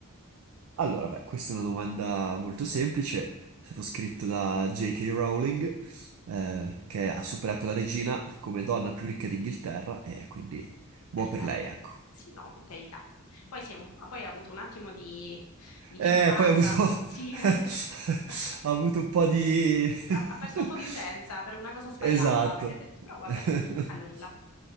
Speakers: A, on the right; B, on the left.
A: Allora, beh, questa è una domanda molto semplice. È stato scritto da J.K. Rowling, eh, che ha superato la regina come donna più ricca d'Inghilterra, e quindi buon
B: Perfetto.
A: per lei, ecco.
B: Sì, no, per carità. Poi, sei un- poi hai avuto un attimo di, di titubanza.
A: Eh, poi ha avuto, <laughs>
B: Sì, <laughs>
A: ha avuto un po' di... <laughs>
B: eh, ha, ha perso un po' di utenza per una cosa sbagliata
A: Esatto.
B: che ha detto, però vabbè,
A: <laughs>
B: non non fa nulla.